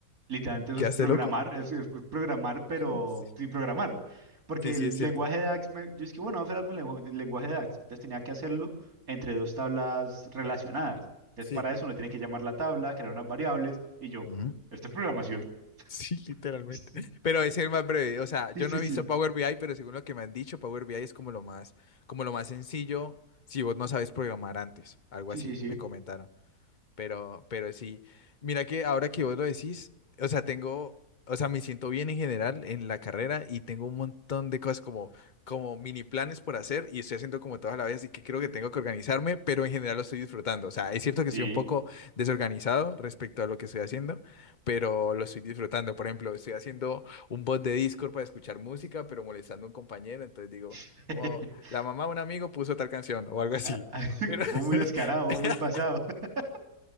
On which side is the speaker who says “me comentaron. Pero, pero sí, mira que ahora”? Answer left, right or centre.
Left